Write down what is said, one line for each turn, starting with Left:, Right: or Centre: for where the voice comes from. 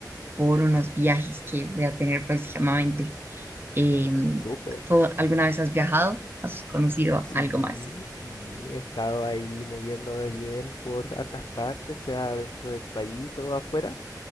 Right: por unos viajes que voy a tener próximamente. Eh,
Left: Súper.
Right: ¿tú alguna vez has viajado? ¿Has conocido
Left: Sí,
Right: algo más?
Left: sí, he estado ahí moviéndome bien por hartas partes, sea dentro del país o afuera.